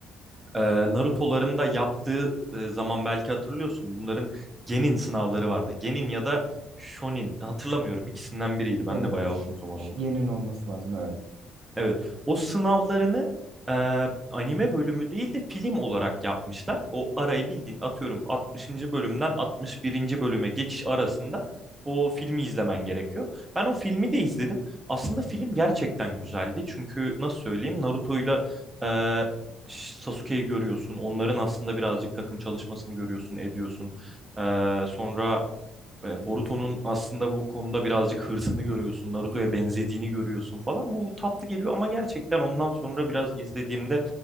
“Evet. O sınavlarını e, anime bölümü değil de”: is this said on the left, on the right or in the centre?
Right